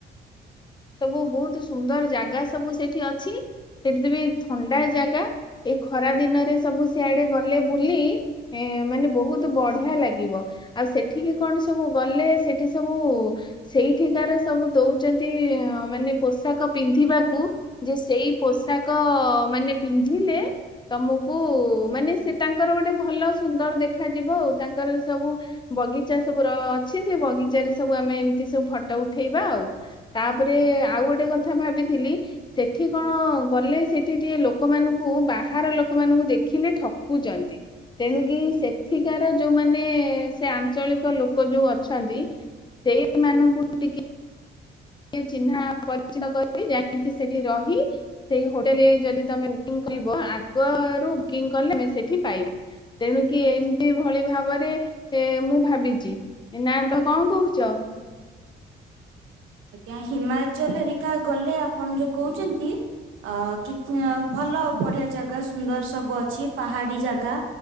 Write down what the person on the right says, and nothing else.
ଆଜ୍ଞା ହିମାଚଲ ହେରିକା ଗଲେ ଆପଣ ଯୋଉ କହୁଛନ୍ତି ଅ କି ଭଲ ବଢିଆ ଜାଗା ସୁନ୍ଦର ସବୁ ଅଛି ପାହାଡି ଜାଗା